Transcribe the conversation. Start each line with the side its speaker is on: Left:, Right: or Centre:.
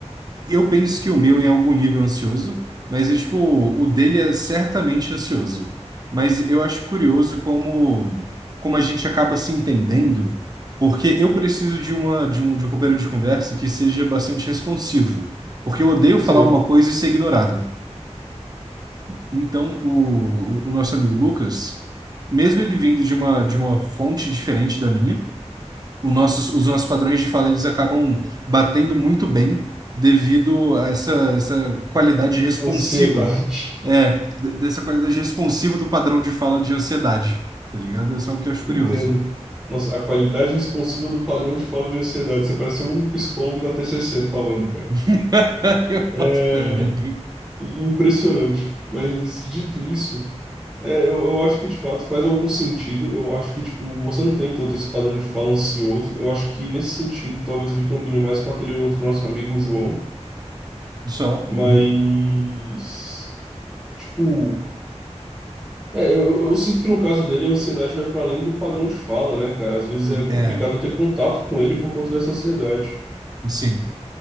Right: Eu penso que o meu é em algum nível ansioso, mas é, tipo, o dele é certamente ansioso. Mas eu acho curioso como, como a gente acaba se entendendo, porque eu preciso de uma de um, de um companheiro de conversa que seja bastante responsivo, porque eu odeio
Centre: Sei.
Right: falar uma coisa e ser ignorado. Então, o, o nosso amigo Lucas, mesmo ele vindo de uma de uma fonte diferente da minha, o nossos, os nossos padrões de fala eles acabam batendo muito bem devido a essa, essa qualidade responsiva.
Centre: Ansiedade.
Right: É, d- dessa qualidade responsiva do padrão de fala de ansiedade. Tá ligado? é só o
Centre: <laughs>
Right: que eu acho
Centre: Entendo.
Right: curioso.
Centre: Nossa, a qualidade responsiva do padrão de fala de ansiedade. Você pareceu um psicólogo da TCC falando, cara.
Right: <laughs> Eu boto
Centre: É
Right: fé, velho.
Centre: i- impressionante. Mas dito isso, é, eu, eu acho que de fato faz algum sentido. Eu acho que, tipo, você não tem tanto esse padrão de fala ansioso. Eu acho que nesse sentido, talvez ele combine mais com aquele outro nosso amigo, o João.
Right: Só.
Centre: Mas,
Right: uhum.
Centre: tipo. É, eu, eu sinto que no caso dele a ansiedade vai para além do padrão de fala, né, cara? Às vezes é complicado
Right: É,
Centre: ter contato com ele por conta dessa ansiedade.
Right: sim.